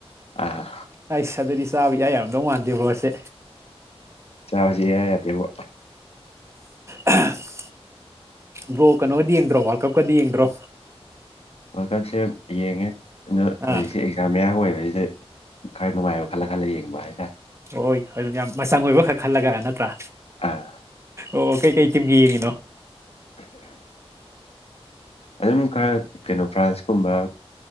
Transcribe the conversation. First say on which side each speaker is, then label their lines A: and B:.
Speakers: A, on the left; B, on the right.
A: ꯑꯥ
B: ꯑꯩꯁ ꯑꯗꯨꯗꯤ ꯆꯥꯕ ꯏꯌꯥ ꯌꯥꯝꯗꯧ ꯃꯥꯟꯗꯦꯕ꯭ꯔꯣꯁꯦ
A: ꯆꯥꯕꯁꯦ ꯏꯌꯥ ꯌꯥꯗꯦꯕꯣ
B: <unintelligible> ꯕ꯭ꯔꯣ ꯀꯩꯅꯣꯗꯤ ꯌꯦꯡꯗ꯭ꯔꯣ ꯋꯥꯔꯜ ꯀꯞꯀꯗꯤ ꯌꯦꯡꯗ꯭ꯔꯣ
A: ꯋꯥꯔꯜ ꯀꯞꯁꯦ ꯌꯦꯡꯉꯦ ꯑꯗꯣ ꯍꯧꯖꯤꯛꯁꯦ
B: ꯑꯥ
A: ꯑꯦꯛꯖꯥꯝ ꯃꯌꯥ ꯑꯣꯏꯕꯁꯤꯗ ꯈꯔ ꯅꯨꯡꯉꯥꯏꯕ ꯈꯜꯂ ꯈꯜꯂ ꯌꯦꯡꯕ ꯍꯥꯏꯒ
B: ꯍꯣꯏ ꯍꯣꯏ ꯑꯗꯨ ꯌꯥꯝ ꯃꯆꯪ ꯑꯣꯏꯕ ꯈꯛ ꯈꯜꯂꯒ ꯅꯠꯇ꯭ꯔꯥ
A: ꯑꯥ
B: ꯑꯣ ꯀꯩꯀꯩ ꯇꯤꯝꯒꯤ ꯌꯦꯡꯉꯤꯅꯣ
A: ꯑꯗꯨꯝ ꯈꯔ ꯀꯩꯅꯣ ꯐ꯭ꯔꯥꯟꯁꯀꯨꯝꯕ